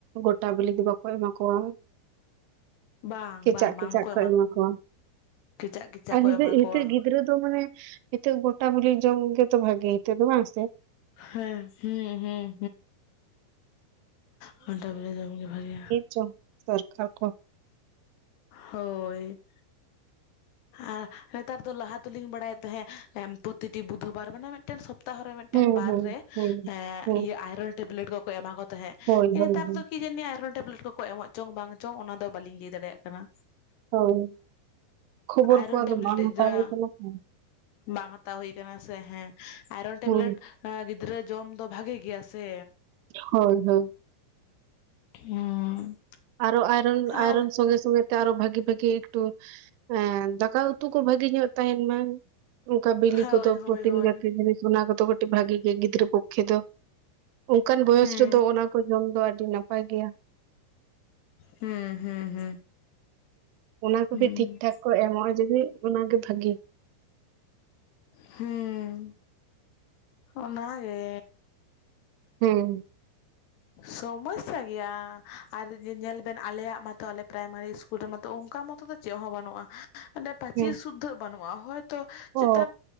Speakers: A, on the right; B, on the left.
A: ᱜᱚᱴᱟ ᱵᱤᱞᱤ ᱫᱚ ᱵᱟᱠᱚ ᱮᱢᱟ ᱠᱚᱣᱟ᱾
B: ᱵᱟᱝ
A: ᱠᱮᱪᱟᱜ
B: ᱵᱟᱝ ᱵᱟᱝᱠᱚ
A: ᱠᱮᱪᱟᱜ ᱠᱚ ᱮᱢᱟ ᱠᱚᱣᱟ
B: ᱠᱮᱪᱟᱜ ᱠᱮᱪᱟᱜ
A: ᱟᱨ
B: ᱠᱚ
A: ᱧᱤᱫᱟᱹ
B: ᱮᱢᱟ
A: ᱱᱤᱛᱟᱜ
B: ᱠᱚᱣᱟ
A: ᱜᱮ ᱜᱤᱫᱽᱨᱟᱹ ᱫᱚ ᱢᱟᱱᱮ ᱱᱤᱛᱟᱜ ᱜᱚᱴᱟ ᱵᱤᱞᱤ ᱡᱚᱢ ᱜᱮ ᱛᱚ ᱵᱷᱟᱜᱮ ᱱᱤᱛᱳᱜ ᱫᱚ ᱵᱟᱝ ᱥᱮ᱾
B: ᱦᱮᱸ ᱦᱩᱸ ᱦᱩᱸ ᱦᱩᱸ ᱜᱚᱴᱟ ᱵᱮᱹᱞᱮᱹ ᱡᱚᱢ ᱜᱮ ᱵᱷᱟᱜᱮᱭᱟ᱾
A: ᱛᱚ ᱥᱚᱨᱠᱟᱨ ᱠᱚ,
B: ᱦᱳᱭ ᱟᱨ ᱱᱮᱛᱟᱨ ᱫᱚ ᱞᱟᱦᱟ ᱛᱮᱞᱤᱧ ᱵᱟᱲᱟᱭᱮᱫ ᱛᱟᱦᱮᱸᱫ ᱯᱨᱚᱛᱤᱴᱤ ᱵᱩᱫᱷ ᱵᱟᱨ ᱢᱟᱱᱮ ᱢᱤᱫᱴᱮᱱ ᱥᱚᱯᱛᱟᱦᱚ ᱨᱮ ᱢᱤᱫᱴᱮᱱ
A: ᱦᱩᱸ
B: ᱵᱟᱨ
A: ᱦᱩᱸ
B: ᱨᱮ
A: ᱦᱩᱸ ᱦᱩᱸ
B: ᱤᱭᱟᱹ ᱟᱭᱨᱚᱱ ᱴᱮᱵᱞᱮᱴ ᱠᱚ ᱮᱢᱟ ᱠᱚ ᱛᱟᱦᱮᱸᱫ᱾
A: ᱦᱳᱭ ᱦᱳᱭ
B: ᱱᱮᱛᱟᱨ
A: ᱦᱳᱭ
B: ᱫᱚ ᱠᱤ ᱡᱟᱹᱱᱤ ᱟᱭᱨᱚᱱ ᱴᱮᱵᱞᱮᱴ ᱠᱚᱠᱚ ᱮᱢᱚᱜ ᱪᱚᱝ ᱵᱟᱝ ᱪᱚᱝ ᱚᱱᱟ ᱫᱚ ᱵᱟᱹᱞᱤᱧ ᱞᱟᱹᱭ ᱫᱟᱲᱮᱭᱟᱜ ᱠᱟᱱᱟ᱾
A: ᱦᱳᱭ ᱠᱷᱚᱵᱚᱨ
B: ᱟᱭᱨᱚᱱ
A: ᱠᱚ ᱟᱫᱚ
B: ᱴᱮᱵᱞᱮᱴ
A: ᱵᱟᱝ ᱦᱟᱛᱟᱣ
B: ᱡᱟ
A: ᱦᱩᱭ ᱠᱟᱱᱟ ᱛᱚ
B: ᱵᱟᱝ ᱦᱟᱛᱟᱣ ᱦᱩᱭ ᱟᱠᱟᱱᱟ ᱥᱮ ᱦᱮᱸ ᱟᱭᱨᱚᱱ ᱴᱮᱵᱞᱮᱴ
A: ᱦᱩᱸ
B: ᱮᱸ ᱜᱤᱫᱽᱨᱟᱹ ᱡᱚᱢ ᱫᱚ ᱵᱷᱟᱜᱮ ᱜᱮᱭᱟ ᱥᱮ᱾
A: ᱦᱳᱭ ᱦᱳᱭ
B: ᱦᱩᱸ
A: ᱟᱨᱚ ᱟᱭᱨᱚᱱ ᱟᱭᱨᱚᱱ
B: ᱟᱨ
A: ᱥᱚᱝᱜᱮ ᱥᱚᱝᱜᱮ ᱛᱮ ᱟᱨᱚ ᱵᱷᱟᱜᱤ ᱵᱷᱟᱜᱤ ᱮᱠᱴᱩ ᱦᱮᱸ ᱫᱟᱠᱟ ᱩᱛᱩ ᱠᱚ ᱵᱷᱟᱹᱜᱤ ᱧᱚᱜ ᱛᱟᱦᱮᱸᱱ ᱢᱟ ᱚᱱᱠᱟ ᱵᱤᱞᱤ
B: ᱦᱳᱭ
A: ᱠᱚᱫᱚ
B: ᱦᱳᱭ
A: ᱯᱨᱳᱚᱴᱤᱱ
B: ᱦᱳᱭ
A: ᱡᱟᱛᱮ ᱡᱤᱱᱤᱥ ᱚᱱᱟ ᱠᱚᱫᱚ ᱠᱟᱹᱴᱤᱡ ᱵᱷᱟᱜᱤ ᱜᱮ ᱜᱤᱫᱽᱨᱟᱹ ᱯᱚᱠᱠᱷᱮ ᱫᱚ, ᱚᱱᱠᱟᱱ ᱵᱚᱭᱚᱥ
B: ᱦᱩᱸ
A: ᱨᱮᱫᱚ ᱚᱱᱟ ᱠᱚ ᱡᱚᱢ ᱫᱚ ᱟᱹᱰᱤ ᱱᱟᱯᱟᱭ ᱜᱮᱭᱟ,
B: ᱦᱩᱸ ᱦᱩᱸ ᱦᱩᱸ
A: ᱚᱱᱟ ᱠᱚᱜᱮ
B: ᱦᱩᱸ
A: ᱴᱷᱤᱠ ᱴᱷᱟᱠ ᱠᱚ ᱮᱢᱚᱜᱼᱟ ᱡᱩᱫᱤ ᱚᱱᱟ ᱜᱮ ᱵᱷᱟᱜᱤ,
B: ᱦᱩᱸ ᱚᱱᱟᱜᱮ
A: ᱦᱩᱸ
B: ᱥᱚᱢᱚᱥᱥᱟ ᱜᱮᱭᱟ ᱟᱨ ᱧᱮᱞ ᱵᱮᱱ ᱟᱞᱮᱭᱟᱜ ᱢᱟᱛᱚ ᱟᱞᱮ ᱯᱨᱟᱭᱢᱟᱨᱤ ᱤᱥ ᱚᱱᱟ ᱢᱟᱛᱚ ᱚᱱᱠᱟ ᱢᱚᱛᱚ ᱫᱚ ᱪᱮᱫ ᱦᱚᱸ ᱵᱟᱹᱱᱩᱜᱼᱟ ᱱᱮᱛ ᱯᱟᱹᱪᱤᱨ
A: ᱦᱮᱸ
B: ᱥᱩᱫᱽᱫᱷᱟᱹᱜ ᱵᱟᱹᱱᱩᱜᱼᱟ ᱦᱳᱭᱛᱚ ᱪᱮᱛᱟᱱ,
A: ᱚ